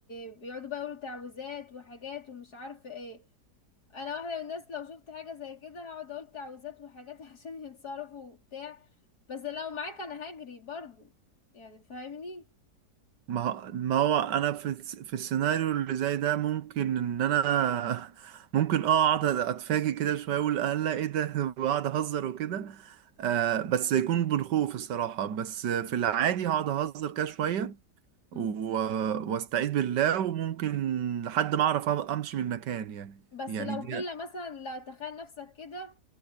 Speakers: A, on the left; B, on the right.
A: بيقعدوا بقى يقولوا تعويذات وحاجات ومش عارفة ايه انا واحدة من الناس لو شفت حاجة زي كده هقعد اقول تعويذات وحاجات <laughs> عشان ينصرفوا وبتاع بس لو معاك انا هجري برضو يعني فاهمني
B: ما هو- ما هو انا في الس- في السيناريو اللي زي ده ممكن ان انا <laughs> ممكن اه اقعد اتفاجئ كده شويه اقول الله ايه ده <laughs> واقعد اهزر وكده آه بس يكون بالخوف الصراحه بس في العادي هقعد اهزر كده شويه و-
A: مم.
B: واستعيذ بالله وممكن لحد ما اعرف امشي من المكان يعني
A: بس
B: يعني
A: لو
B: دي
A: فيلا مثلا لا تخيل نفسك كده